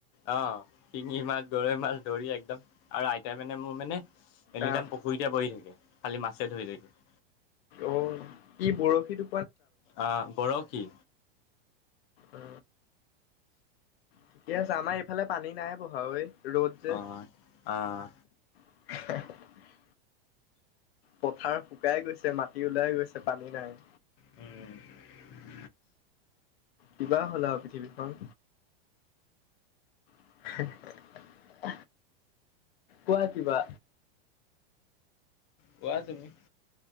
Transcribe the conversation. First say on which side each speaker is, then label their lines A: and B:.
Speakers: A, on the left; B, on the left.
A: অ শিঙি মাছ, গৰৈ মাছ, ধৰি একদম আৰু আইতাই মানে মোৰ মানে এনি
B: আহ,
A: টাইম পুখুৰীতে বহি থাকে, খালি মাছে ধৰি থাকে।
B: অ কি বৰশীটো
A: অ বৰশী
B: উ ঠিকে আছে আমাৰ এইফালে পানী নাই বহা ঐ ৰ'দ যে।
A: অ আহ আহ আহ
B: <unintelligible> পথাৰ শুকাই গৈছে, মাটি ওলাই গৈছে পানী নাই।
A: উম্
B: কিবা হ'ল আৰু পৃথিৱীখন <unintelligible> কোৱা কিবা
A: কোৱা তুমি